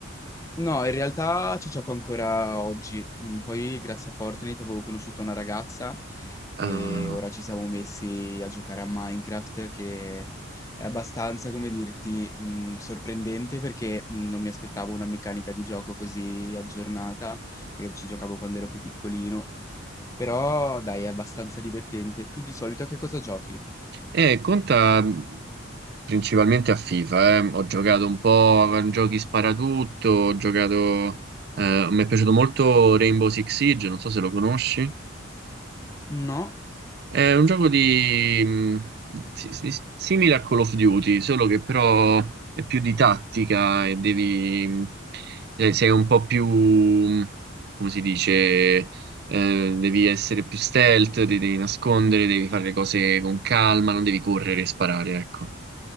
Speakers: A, on the left; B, on the right.
A: No, in realtà ci gioco ancora oggi. Mm, Poi, grazie a Fortnite, avevo conosciuto una ragazza e
B: Ah.
A: ora ci siamo messi a giocare a Minecraft, che è abbastanza, come dirti, mm, sorprendente perché mm, non mi aspettavo una meccanica di gioco così aggiornata, perché ci giocavo quando ero più piccolino. Però, dai, è abbastanza divertente. Tu di solito a che cosa giochi?
B: Eh, conta principalmente a FIFA, eh. Ho giocato un po' a giochi sparatutto, ho giocato... eh, mi è piaciuto molto Rainbow Six Siege, non so se lo conosci.
A: No?
B: È un gioco di... mh, si- si- simile a Call of Duty, solo che però è più di tattica e devi... mh, eh, sei un po' più... mh, come si dice... eh, devi essere più stealth, ti devi nascondere, devi fare le cose con calma, non devi correre e sparare, ecco.